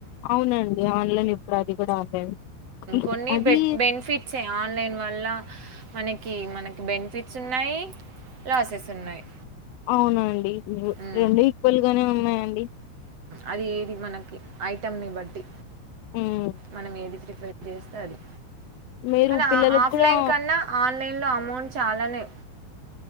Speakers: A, on the left; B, on the right.
A: అవునండి ఆన్లైన్ ఎప్పుడు అది కూడా ఆన్లైన్
B: కొన్ని
A: అది
B: బె బెనిఫిట్సే ఆన్లైన్ వల్ల మనకి మనకి బెనిఫిట్స్ ఉన్నాయి లాసెస్ ఉన్నాయి
A: అవునండి
B: ఉమ్
A: రెండు ఈక్వల్ గానే ఉన్నాయండి
B: అది ఏది మనకు ఐటమ్ ని బట్టి
A: హ్మ్.
B: మనం ఏది ప్రిపేర్ చేస్తే అది
A: మీరు
B: కానీ
A: పిల్లలకి
B: ఆఫ్లైన్
A: కూడా
B: కన్నా ఆన్లైన్ లో అమౌంట్ చాలానే